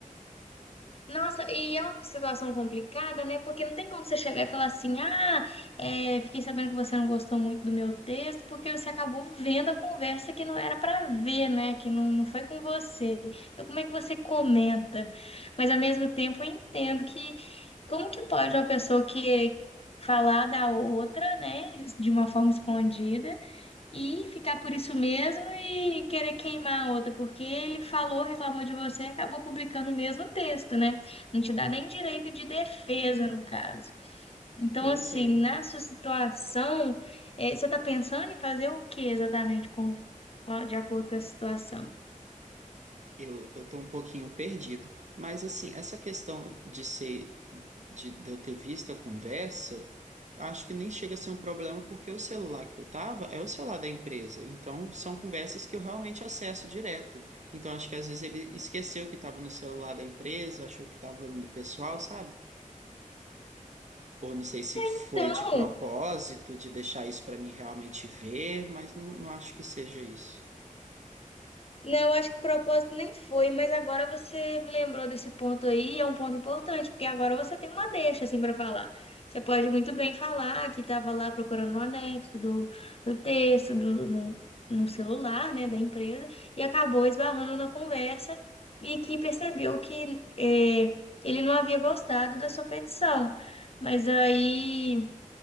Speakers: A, on the left (about 45°); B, on the right (about 60°).
A: Nossa, e é uma situação complicada, né? Porque não tem como você chegar e falar assim, ah, é, fiquei sabendo que você não gostou muito do meu texto, porque você acabou vendo a conversa que não era para ver, né? Que não, não foi com você. Então, como é que você comenta? Mas, ao mesmo tempo, eu entendo que como que pode uma pessoa que falar da outra, né, de uma forma escondida, e ficar por isso mesmo e querer queimar a outra, porque ele falou, reclamou de você e acabou publicando o mesmo texto, né? Não te dá nem direito de defesa, no caso. Então,
B: Pois
A: assim,
B: é.
A: na sua situação, eh, você está pensando em fazer o que exatamente com, com- de acordo com a situação?
B: Eu, eu tô um pouquinho perdido, mas assim, essa questão de ser, de, de eu ter visto a conversa, acho que nem chega a ser um problema, porque o celular que eu tava é o celular da empresa, então são conversas que eu realmente acesso direto. Então acho que às vezes ele esqueceu que tava no celular da empresa, achou que tava no do pessoal, sabe? Ou não sei se foi
A: Então,
B: de propósito, de deixar isso para mim realmente ver, mas não, não acho que seja isso.
A: Não, acho que o propósito nem foi, mas agora você me lembrou desse ponto aí, e é um ponto importante, porque agora você tem uma deixa assim para falar. Você pode muito bem falar que estava lá procurando o anexo do, do texto, do, no, no celular, né, da empresa, e acabou esbarrando na conversa e que percebeu que eh, ele não havia gostado da sua petição. Mas aí